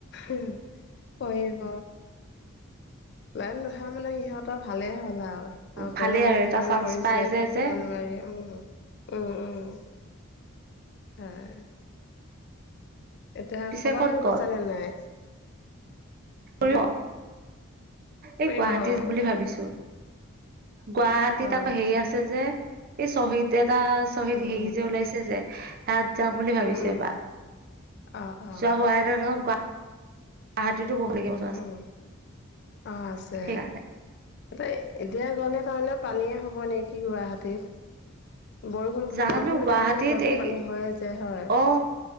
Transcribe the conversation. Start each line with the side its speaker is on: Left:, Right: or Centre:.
Left: উম। পঢ়িব। লাইন নহয় মানে সিহঁতৰ তৰ ভালে হ'ল আৰু। আৰু
Right: ভালেই
Left: গৰমে
Right: এটা
Left: যিমান
Right: চান্স
Left: পৰিছে
Right: পাই যে
Left: থাকিব
Right: যে
Left: নোৱাৰি উম। উম, উম, হয়। এতিয়া
Right: পিছে
Left: ক'বালৈ
Right: ক'ত
Left: গৈছা
Right: গ'ল
Left: নে নাই? হম?
Right: ফুৰিব
Left: ফুৰিব
Right: এই গুৱাহাটী
Left: অ',
Right: বুলি ভাবিছোঁ, গুৱাহাটীত
Left: উম,
Right: আকৌ হেৰি আছ- আছে যে, এই শ্বহীদ এটা শ্বহীদ
Left: উম,
Right: হেৰি যে ওলাইছে যে। তাত যাম বুলি ভাবিছোঁ
Left: উম, উম,
Right: এবাৰ,
Left: অ', অ',
Right: যোৱা হোৱাই <unintelligible> <unintelligible>
Left: উম, অ' আছে।
Right: সেইকাৰণে
Left: এ এতিয়া গ'লে তাৰমানে পানীয়ে হ'ব নেকি গুৱাহাটীত? বৰষুণ পাছত
Right: জানো
Left: বৰষুণ দিলে মানে গুৱাহাটীত
Right: এই
Left: পানী হৈয়ে যে হয়।
Right: অ